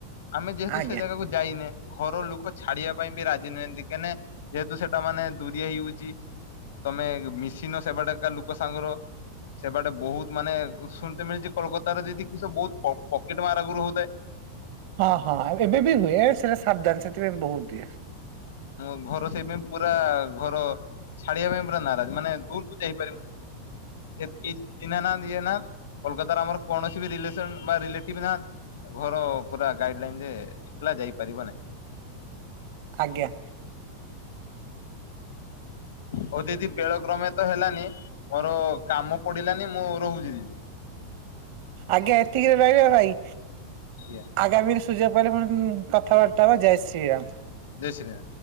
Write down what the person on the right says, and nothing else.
ଆଜ୍ଞା
ହଁ ହଁ ଏବେ ବି ହୁଏ। ସେଟା ସାବଧାନ ସେଥିପାଇଁ ବହୁତ ଇଏ।
ଆଜ୍ଞା।
ଆଜ୍ଞା ଏତିକିରେ ରହିବା ଭାଇ।
ଗାମୀରେ ସୁଯୋଗ ପାଇଲେ ବନ୍ଧୁ କଥାବାର୍ତ୍ତା ହବା ଜୟ ଶ୍ରୀରାମ।